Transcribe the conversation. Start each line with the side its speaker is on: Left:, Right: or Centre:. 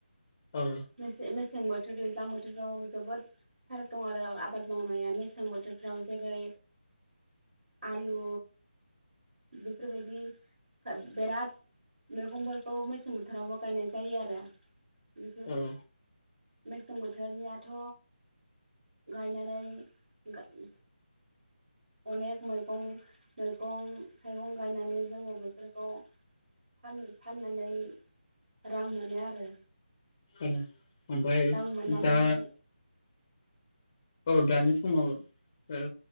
Left: औ
Right: मेसें मेसें बोथोर दैज्लां बोथोराव जोबोद फाराग दं आरो आबाद मावनाया मेसें बोथोरफ्राव जेरै आलु बेफोरबायदि बेराद मैगंफोरखौ मैसें बोथोरावबो गायनाय जायो आरो बेफोर
Left: औ
Right: मेसें बोथोरनियाथ' गायनानानै अनेक मैगं मैगं थाइगं गायनानै जोङो बेफोरखौ सान फाननानै रां मोनो आरो
Left: ओम ओमफ्राय
Right: रां मोननानैहाय
Left: दा औ दानि समाव ओ